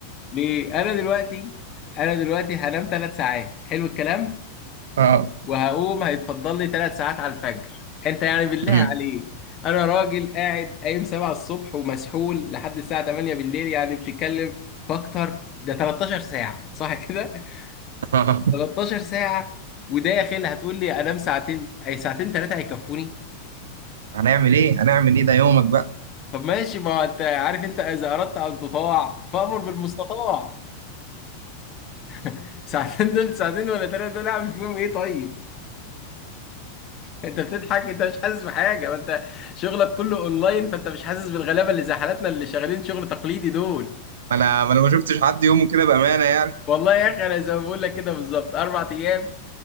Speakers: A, on the left; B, on the right.
A: ليه انا دلوقتي انا دلوقتي هنام 3 ساعات حلو الكلام
B: اه
A: وهقوم هيتفضل لي ثلاث ساعات على الفجر انت يعني بالله
B: مم.
A: عليك انا راجل قاعد قايم 7 الصبح ومسحول لحد الساعه 8 بالليل يعني بتتكلم في اكتر ده 13 ساعه صح كده <laughs>
B: <laughs>
A: 13 ساعه وداخل هتقول لي انام ساعتين اي ساعتين ثلاثه هيكفوني
B: هنعمل ايه هنعمل ايه ده يومك بقى
A: طب ماشي ما هو انت عارف انت اذا اردت ان تطاع فامر بالمستطاع <laughs> ساعتين دول ساعتين ولا ثلاثه دول اعمل فيهم ايه طيب انت بتضحك انت مش حاسس بحاجه ما انت شغلك كله اونلاين فانت مش حاسس بالغلابه اللي زي حالاتنا اللي شغالين شغل تقليدي دول
B: ما انا ما انا ما شفتش حد يومه كده بامانه يعني
A: والله يا اخي انا زي ما بقول لك كده بالظبط اربع ايام